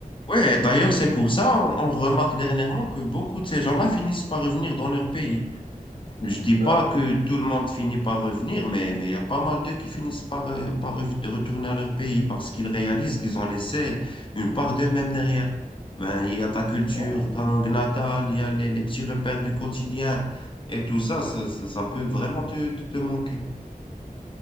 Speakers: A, on the left; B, on the right.
A: Ouais, d'ailleurs, c'est pour ça on on remarque dernièrement que beaucoup de ces gens-là finissent par revenir dans leur pays. Je dis
B: Bah
A: pas
B: oui.
A: que tout le monde finit par revenir, mais mais il y a pas mal d'eux qui finissent par, euh, par rev- retourner à leur pays parce qu'ils réalisent qu'ils ont laissé une part d'eux-mêmes derrière. Ben, il y a ta culture,
B: Ouais.
A: ta langue natale, il y a les, les petits repères du quotidien et tout ça, ça, ça, ça peut vraiment te, te manquer.